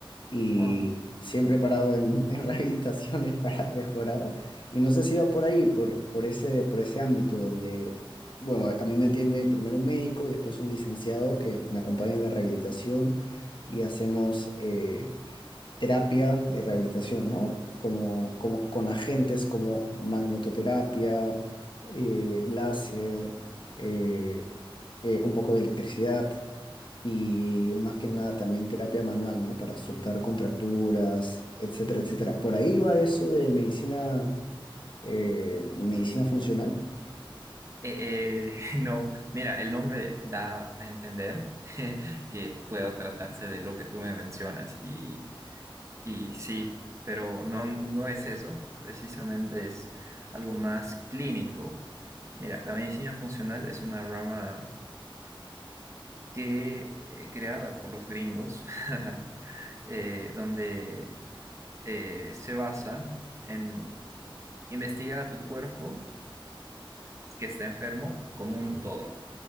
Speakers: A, on the left; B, on the right.
A: y
B: Wow.
A: siempre he parado en, <laughs> en rehabilitaciones para mejorar. Y no sé si va por ahí, por, por ese, por ese ámbito donde, bueno, a mí me atiende primero un médico y después un licenciado que me acompaña en la rehabilitación y hacemos... eh, terapia y rehabilitación, ¿no? Como, como con agentes como magnetoterapia, eh, láser, eh, eh, un poco de electricidad y más que nada también terapia manual, ¿no? Para soltar contracturas, etcétera, etcétera. Por ahí va eso de medicina, eh, medicina funcional.
B: Eh, eh, <laughs> no, mira, el nombre da a entender <laughs> que pueda tratarse de lo que tú me mencionas y, y sí, pero no, no es eso, precisamente es algo más clínico. Mira, la medicina funcional es una rama que eh, creada por los gringos, <laughs> eh, donde eh, se basa en investigar a tu cuerpo que está enfermo como un todo,